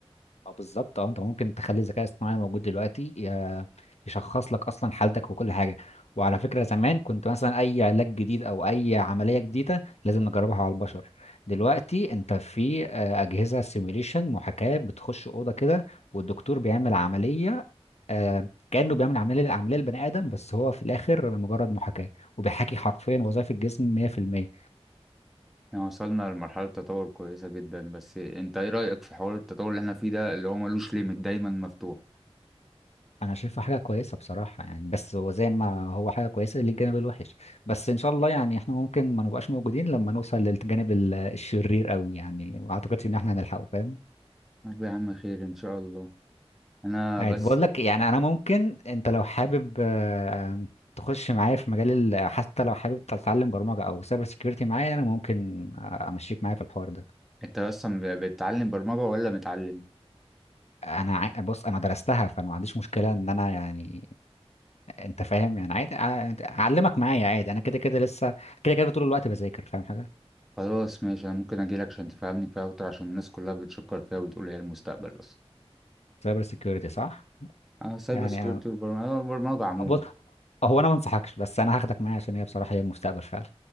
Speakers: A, on the left; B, in the centre.
A: اه بالظبط اه انت ممكن تخلي الذكاء الاصطناعي موجود دلوقتي ي- يشخص لك اصلا حالتك وكل حاجه وعلى فكره زمان كنت مثلا اي علاج جديد او اي عمليه جديده لازم نجربها على البشر دلوقتي انت في آه، اجهزه سيميوليشن محاكاه بتخش اوضه كده والدكتور بيعمل عمليه آه، كانه بيعمل عمليه للعمليه البني ادم بس هو في الاخر مجرد محاكاه وبيحاكي حرفيا وظائف الجسم 100%
B: احنا وصلنا لمرحلة تطور كويسة جدا بس انت ايه رأيك في حوار التطور اللي احنا فيه ده اللي هو ملوش ليميت دايما مفتوح
A: انا شايفه حاجه كويسه بصراحه يعني بس هو زي ما هو حاجه كويسه للجانب الوحش بس ان شاء الله يعني احنا ممكن ما نبقاش موجودين لما نوصل للجانب ال- الشرير قوي يعني ما اعتقدش ان احنا هنلحقه فاهم
B: طب يا عم خير ان شاء الله انا
A: عادي
B: بس
A: بقول لك يعني انا ممكن انت لو حابب آه، تخش معايا في مجال ال- حتى لو حابب تتعلم برمجه او سايبر سيكيورتي معايا انا ممكن آه، امشيك معايا في الحوار ده
B: انت اصلا ب- بتتعلم برمجة ولا متعلم
A: انا عا- بص انا درستها فانا ما عنديش مشكله ان انا يعني انت فاهم يعني عادي أ- اعلمك معايا عادي انا كده كده لسه كده كده طول الوقت بذاكر فاهم حاجه
B: خلاص ماشي انا ممكن اجيلك عشان تفهمني فيها اكتر عشان الناس كلها بتشكر فيها وبتقول هي المستقبل اصلا
A: سايبر سيكيورتي صح
B: انا سايبر
A: يعني
B: سكيورتي
A: آه،
B: والبرمجة البرمجة عموما
A: بص هو انا ما انصحكش بس انا هاخدك معايا عشان هي بصراحه هي المستقبل فعلا